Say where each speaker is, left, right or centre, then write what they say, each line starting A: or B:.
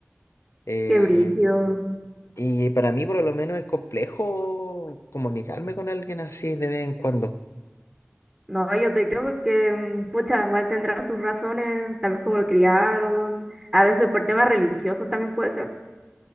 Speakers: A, on the left; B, on the right.
A: eh,
B: Qué brígido.
A: y para mí por lo menos es complejo comunicarme con alguien así de vez en cuando.
B: No, yo te creo porque, mm, pucha, igual tendrá sus razones, tal vez como lo criaron, a veces por temas religiosos también puede ser.